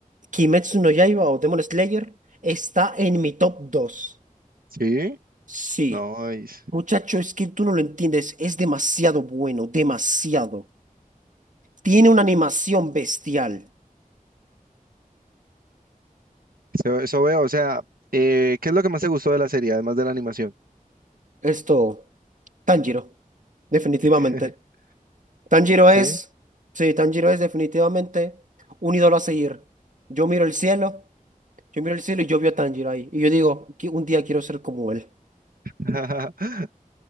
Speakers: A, on the right (about 60°); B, on the right (about 80°).
A: Kimetsu no Yaiba o Demon Slayer está en mi top 2.
B: Sí.
A: Sí,
B: No, es-
A: muchacho, es que tú no lo entiendes. Es demasiado bueno, demasiado. Tiene una animación bestial.
B: eso, eso veo. O sea, eh, ¿qué es lo que más te gustó de la serie, además de la animación?
A: Esto, Tanjiro, definitivamente.
B: <laughs>
A: Tanjiro
B: Sí.
A: es, sí, Tanjiro es definitivamente un ídolo a seguir. Yo miro el cielo. Yo miro el cielo y yo veo a Tanjiro ahí. Y yo digo, "Qui- un día quiero ser como él.
B: <laughs>